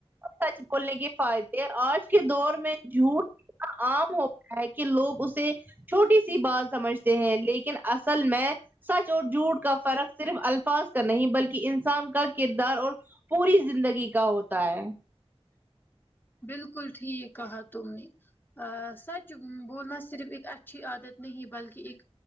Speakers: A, on the right (about 15°); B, on the left (about 20°).
A: سچ بولنے کے فائدے آج کے دور میں جھوٹ عام ہو گیا ہے کہ لوگ اسے چھوٹی سی بات سمجھتے ہیں لیکن اصل میں سچ اور جھوٹ کا فرق صرف الفاظ کا نہیں بلکہ انسان کا کردار اور پوری زندگی کا ہوتا ہے
B: بالکل ٹھیک کہا تم نے اہ سچ بولنا صرف ایک اچھی عادت نہیں بلکہ ایک